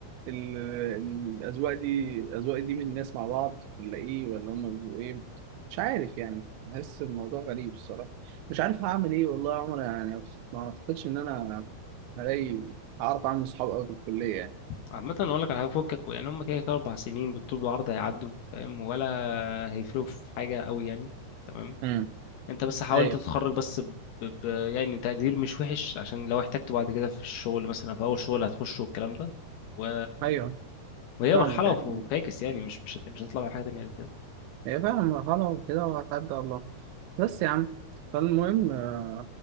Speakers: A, on the right; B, on the left.
A: ال... الاذواق دي الاذواق دي من الناس مع بعض ولا ايه ولا هم بيبقوا ايه مش عارف يعني بحس الموضوع غريب الصراحه مش عارف هعمل ايه والله يا عمر يعني ما اعتقدش ان انا هلاقي هعرف اعمل صحاب قوي في الكليه يعني
B: عامة أقول لك على حاجة فكك يعني هما كده كده أربع سنين بالطول بالعرض هيعدوا فاهم ولا هيفرقوا في حاجة أوي يعني تمام
A: امم
B: أنت بس حاول
A: ايوه
B: تتخرج بس ب... ب... يعني تقدير مش وحش عشان لو احتجته بعد كده في الشغل مثلا في أول شغل هتخشه والكلام ده و...
A: ايوه
B: وهي
A: فاهمك
B: مرحلة
A: أيوة.
B: وف- وفاكس يعني مش مش مش هتطلع من حاجة تانية غير كده
A: هي فعلا مرحلة وكده وهتعدي والله بس يا عم فالمهم آه،